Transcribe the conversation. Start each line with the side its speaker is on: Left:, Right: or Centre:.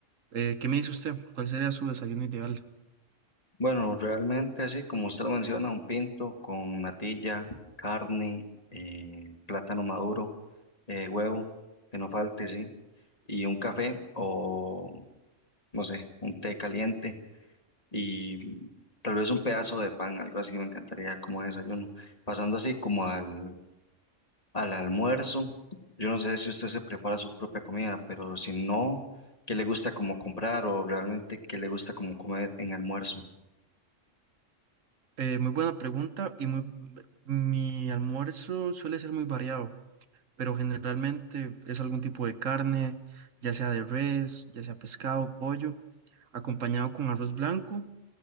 Right: Eh, ¿qué me dice usted? ¿Cuál sería su desayuno ideal?
Left: Bueno, realmente, así como usted lo menciona, un pinto con natilla, carne, eh, plátano maduro, eh, huevo, que no falte, sí. y un café o, no sé, un té caliente y mm, tal vez un pedazo de pan, algo así me encantaría como desayuno. Pasando así como al, al almuerzo, yo no sé si usted se prepara su propia comida, pero si no, ¿qué le gusta como comprar o realmente qué le gusta como comer en almuerzo?
Right: Eh, muy buena pregunta y muy, mi almuerzo suele ser muy variado, pero generalmente es algún tipo de carne, ya sea de res, ya sea pescado, pollo. acompañado con arroz blanco,